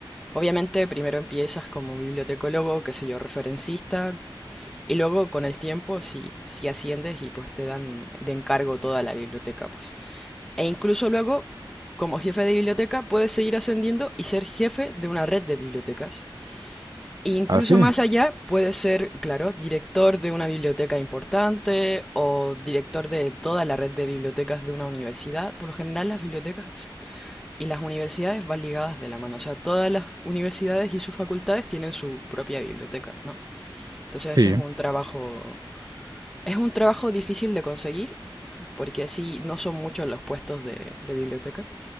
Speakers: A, in the centre; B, on the right (about 50°).
A: Obviamente primero empiezas como bibliotecólogo, qué sé yo, referencista, y luego con el tiempo si, si asciendes y pues te dan de encargo toda la biblioteca, pues. E incluso luego, como jefe de biblioteca, puedes seguir ascendiendo y ser jefe de una red de bibliotecas. E incluso
B: Ah, sí,
A: más allá, puedes ser, claro, director de una biblioteca importante o director de toda la red de bibliotecas de una universidad. Por lo general las bibliotecas y las universidades van ligadas de la mano, o sea, todas las universidades y sus facultades tienen su propia biblioteca, ¿no? Entonces
B: sí,
A: ese es un trabajo, es un trabajo difícil de conseguir, porque así no son muchos los puestos de, de biblioteca.